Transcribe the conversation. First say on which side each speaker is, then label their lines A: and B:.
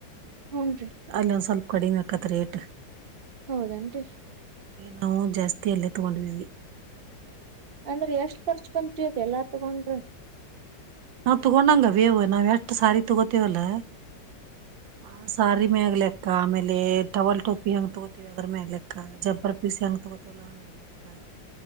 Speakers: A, on the right; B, on the right.
A: ಹೂನ್ರಿ
B: ಅಲ್ಲ ಸ್ವಲ್ಪ ಕಡಿ ಮ ಕತ ರೇಟ
A: ಹೌದೇನ್ರಿ
B: ನಾವು ಜಾಸ್ತಿ ಅಲ್ಲೇ ತಗೊಂಡೀವಿ
A: ಅಂದ್ರೆ ಎಷ್ಟ್ ಖರ್ಚ್ ಬಂತ್ರಿ ಅತ್ ಎಲ್ಲಾ ತಗೊಂಡ್ರಿ
B: ನಾವವು ತಗೋೊಂಡಂಗ ಬೇವು ನಾವ್ ಎಷ್ಟ್ ಸಾರಿ ತಗೋತೇವಲ್ಲ ಹಾ ಸಾರ ಮ ಆಗ್ಲೆಕ್ಕ ಆಮೇಲೆ ಟವಲ್ ಟ ಹೆಂಗ್ ತಗೋತೀವಿ ಅದ್ರ ಮೇ ಆಗ್ಲೆಕ್ಕ ಜಂಪರ್ ಪೀಸ್ ಹೆಂಗ ತಗೋತವಲ್ಲದ ಮೇಗ್ಲೆಕ್ಕ